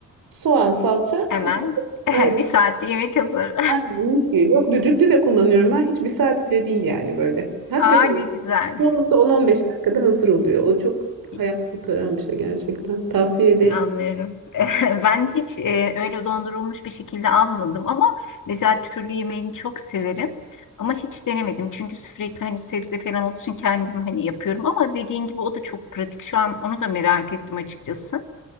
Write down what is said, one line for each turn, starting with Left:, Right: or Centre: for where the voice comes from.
Right: soğan, salça.
Left: hemen
Right: <laughs>
Left: <laughs>
Right: Aynen.
Left: bir saatte yemek hazır.
Right: Aynen mis gibi. Yok düdüklü de kullanıyorum ben. Hiç bir saat bile değil yani böyle.
Left: <laughs>
Right: Hakikaten
Left: Aa ne güzel.
Right: Çoğunlukla 10-15 dakikada hazır oluyor. O çok
Left: E,
Right: hayat kurtaran bir şey gerçekten. Tavsiye ederim.
Left: Anlıyorum. <laughs> Ben hiç e, öyle dondurulmuş bir şekilde almadım ama mesela türlü yemeğini çok severim. Ama hiç denemedim çünkü sürekli hani sebze falan olduğu için kendim hani yapıyorum ama dediğin gibi o da çok pratik. Şu an onu da merak ettim açıkçası.